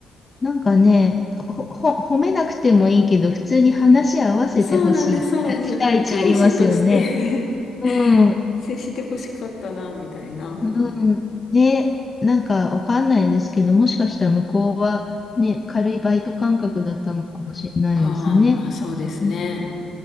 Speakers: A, on the left; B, on the left.
A: なんかね、ほ、ほ、褒めなくてもいいけど、普通に話合わせてほしいあ期待値ありますよね。
B: そうなんです、そうなんですよ。教師として <laughs>
A: うん、
B: 接してほしかったな、みたいな。
A: うん。ね、なんかわかんないですけど、もしかしたら向こうはね、軽いバイト感覚だったのかもしれないですね。
B: うん。ああ、まあそうですね。
A: うん